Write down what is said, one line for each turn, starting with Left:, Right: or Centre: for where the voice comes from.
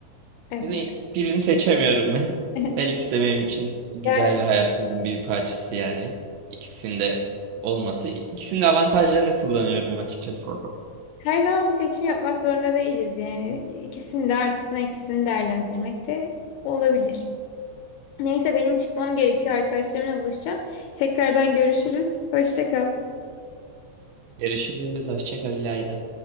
Left: Evet.
Right: Yani birini seçemiyorum ben. <laughs>
Left: <laughs>
Right: Her ikisi de benim için güzel
Left: Ya
Right: ve hayatımızın bir parçası yani. İkisinde olması, ikisinin de avantajlarını kullanıyorum açıkçası.
Left: her zaman bir seçim yapmak zorunda değiliz yani. İkisini de artısını eksisini değerlendirmek de olabilir. Neyse benim çıkmam gerekiyor. Arkadaşlarımla buluşacağım. Tekrardan görüşürüz. Hoşça kal.
Right: Görüşürüz. Hoşça kal İlayda.